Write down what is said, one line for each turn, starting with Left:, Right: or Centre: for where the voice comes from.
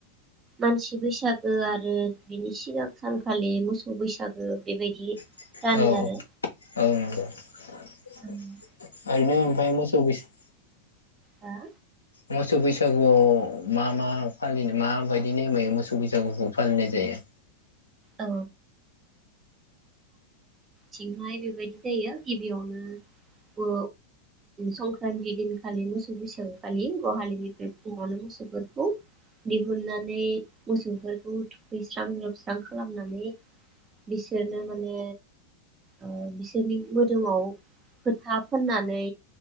Right: मानसि बैसागो आरो बिनि सिगां सानखालि मोसौ बैसागो बेबायदि।
Left: औ
Right: रानो
Left: औ
Right: आरो
Left: औ
Right: ओम,
Left: <unintelligible> अनगायै मोसौ बैसागु
Right: हा।
Left: मोसौ बैसागुआव मा मा फालिनो माबायदि नेमै मोसौ बैसागुखौ फालिनाय जायो?
Right: औ थिंहाय बेबायदि जायो गिबियावनो ओ संक्रान्ति दिनखालि मोसौ बैसागखालि गहालिनिफ्राय फुङावनो मोसौफोरखौ दिहुननानै मोसौफोरखौ थुखैस्रां लोब स्रां खालामनानै बिसोरनो माने ओ बिसोरनि मोदोमाव फोथा फोननानै